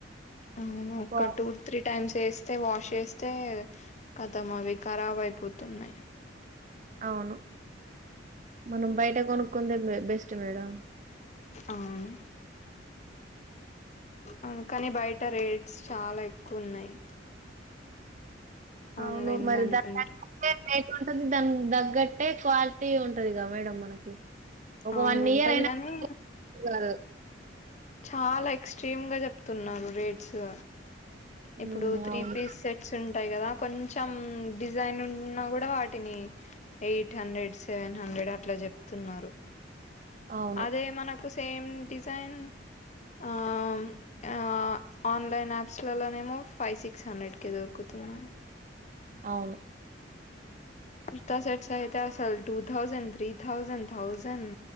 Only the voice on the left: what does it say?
అను ఒక్క
టూ త్రీ టైమ్స్ చేస్తే వాష్ చేస్తే కతం అవి రాబ్ అయిపోతున్నాయి
అవును అవును కానీ బయట రేట్స్ చాలా ఎక్కువ ఉన్నాయి ఆన్లైన్
దానికంటే
అవును
ఉంటది
కానీ
చాలా ఎక్స్ట్రీమ్ గా చెప్తున్నారు రేట్స్సు ఇప్పుడు
త్రీ
పీస్ సెట్స్ ఉం ఉంటాయి కదా కొంచెం డిజైన్ నున్నా కూడా వాటిని ఎయిట్ హండ్రెడ్ సెవెన్ హండ్రెడ్ అట్లా చొప్తున్నారు
అదే మనకుస్ సేమ్ డిజ్ ైన్ ఆ ఆ ఆన్లైన్ యాప్స్లలోనేమో ఫైవ్ సిక్స్ హండ్రెడ్ కి దొరుకుతున్నా
కుర్తా సెట్స్ అయితే అసలు two thousand three thousand thousand